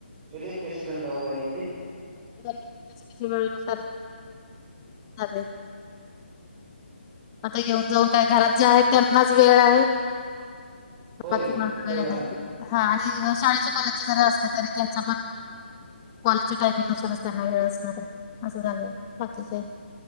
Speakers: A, on the right; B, on the left.
A: ये देख कसे गंदा होगा ये देख
B: तिच्या तिच्या वेळे नुसार <inaudible> आता येऊन जाऊन काय घरात जे त्यांनाच वेळ आहे
A: होय
B: बाकी म
A: तेवढा
B: वेळ
A: आहे
B: नाही हा आणि शाळेचे कॉलेजचे जरी असले तरी त्यांचा पण कॉलेजच्या टाइमिंग नुसारच त्यांना वेळ असणार आहे असं झालंय बाकी नाही